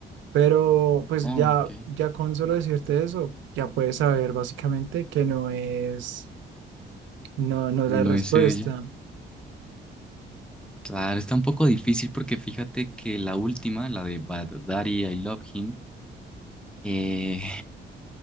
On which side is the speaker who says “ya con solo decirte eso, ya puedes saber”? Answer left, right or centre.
Right